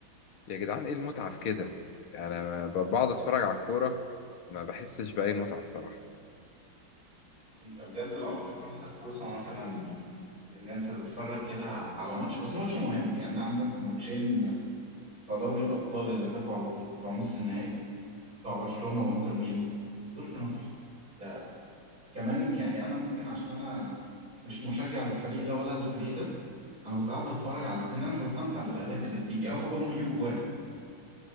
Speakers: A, on the left; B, on the right.
A: يا جدعان ايه المتعه في كده يعني انا ما ب- بقعد اتفرج على الكوره ما بحسش باي متعه الصراحه
B: انت بجد لو اعطيت نفسك فرصه مثلا ان انت تتفرج كده على ماتش بس ماتش مهم يعني انت عندك ماتشين بتوع دوري الابطال اللي فاتوا على طول بتوع نص النهائي بتوع برشلونة وانتر ميلان دول كانوا تحفة ده كمان يعني انا ممكن عشان انا مش مشجع للفريق ده ولا للفريق ده انا كنت قاعد بتفرج على الاثنين انا بستمتع بالاهداف اللي بتيجي يا رب كلهم يجيبوا جوان